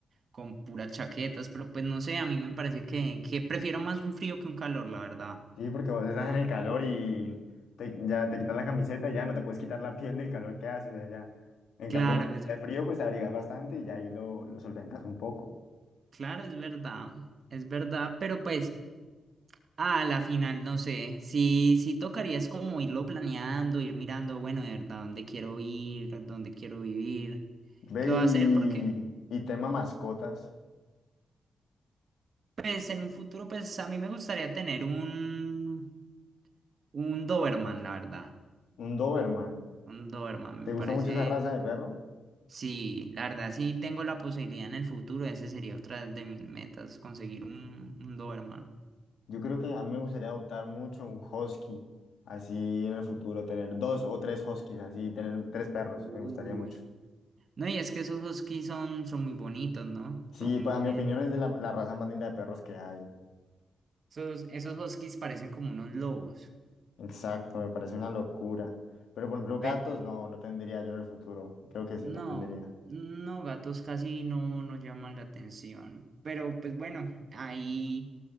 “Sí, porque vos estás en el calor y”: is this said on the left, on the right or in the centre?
Left